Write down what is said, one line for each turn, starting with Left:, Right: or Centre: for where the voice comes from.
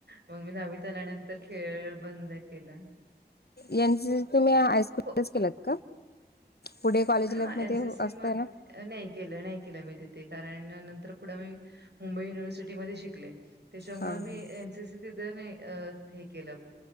Right: मग मी दहावीत आल्यानंतर खेळ बंद केल.
Left: यांच- <unintelligible> तुम्ही हायस्कूलच
Right: हो.
Left: केलात का? पुढे कॉलेज
Right: हा
Left: लाईफ मध्ये
Right: एनसीसी
Left: असतय
Right: मध्ये
Left: ना?
Right: नाही, केलं नाही, केलं मी तिथे कारण नंतर पुढं मी- मुंबई युनिव्हर्सिटीमध्ये शिकले, त्याच्यामुळे
Left: हा हा
Right: मी एन सी सी तिथे नाही हे केलं-